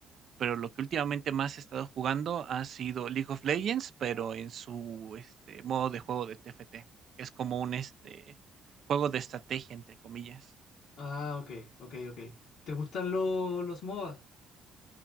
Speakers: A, on the right; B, on the left.
A: pero lo que últimamente más he estado jugando ha sido League of Legends, pero en su este, modo de juego de T F T, que es como un este, juego de estrategia, entre comillas.
B: Ah, ok, ok, ok. ¿Te gustan lo- los MOBA?